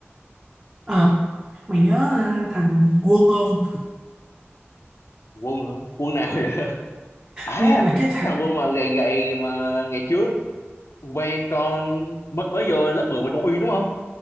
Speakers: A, on the right; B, on the left.
A: Ờ, mày nhớ ờ, thằng Quân không
B: quân hả quân nào vậy à
A: Quân là
B: cái
A: cái thằng
B: thằng quân mà gầy gầy mà ngày trước quen con mới mới vô lớp 10 mà trong uy đúng không